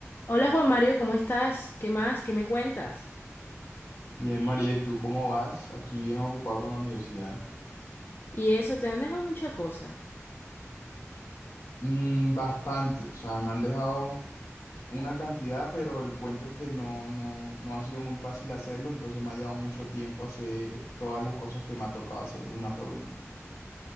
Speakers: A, on the left (about 45°); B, on the left (about 75°).
A: Hola Juan Mario, ¿cómo estás? ¿Qué más? ¿Qué me cuentas?
B: Bien, María, ¿y tú cómo vas? Aquí bien ocupado con la universidad.
A: Y eso, te han dejado muchas cosas.
B: Mm, bastante, o sea, me han dejado una cantidad, pero el cuento es que no, no, no ha sido muy fácil hacerlo, entonces me ha llevado mucho tiempo hacer todas las cosas que me ha tocado hacer una por una.